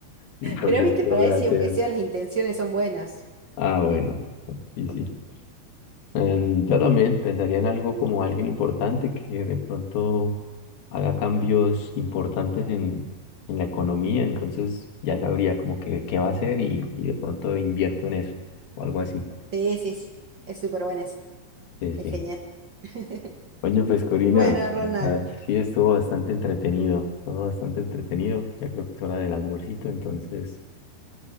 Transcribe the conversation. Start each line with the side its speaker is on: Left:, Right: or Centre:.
Left: cien por
Right: Pero
Left: ciento
Right: viste, para
Left: real.
Right: eso,
Left: te-
Right: aunque sea, las intenciones son buenas.
Left: Ah, bueno. Sí, sí. Em, yo también pensaría en algo como alguien importante que de pronto haga cambios importantes en, en la economía, entonces ya sabría como que qué va a hacer y, y de pronto invierto en eso o algo así.
Right: Sí, sí, sí. es súper buena esa.
Left: Sí,
Right: Es
Left: sí.
Right: genial. <laughs>
Left: Oye, pues Corina,
Right: Bueno, Ronald,
Left: la verdad, sí estuvo bastante entretenido, estuvo bastante entretenido, ya creo que es hora del almuercito, entonces